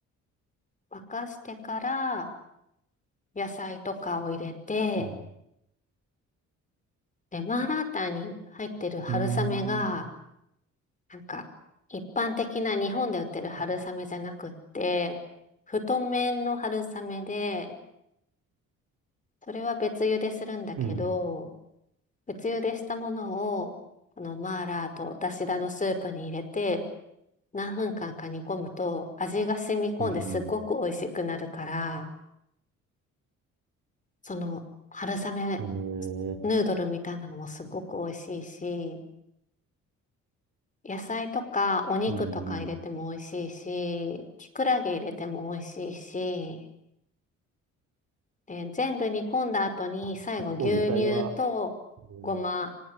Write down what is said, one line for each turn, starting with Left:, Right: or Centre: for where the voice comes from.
Left: 沸かしてから野菜とかを入れて、
Right: うん。
Left: で、マーラータンに入ってる春雨が、
Right: うーん。
Left: なんか、一般的な日本で売ってる春雨じゃなくって、
Right: う
Left: 太麺の春雨で、それは別茹でするんだけど、
Right: ん。
Left: 別茹でしたものを、このマーラーとだしだのスープに入れて、何分間か煮込むと味が染み込んですっごく美味しくなるから、
Right: うん。
Left: その、春雨
Right: うん。えー、
Left: ヌードルみたいなのもすごく美味しいし、野菜とかお肉とか入れても美味しいし、
Right: うん。うん
Left: きくらげ入れても美味しいし、で、全部煮込んだ後に最後牛乳とごま
Right: あ、結構具材は、いろいろある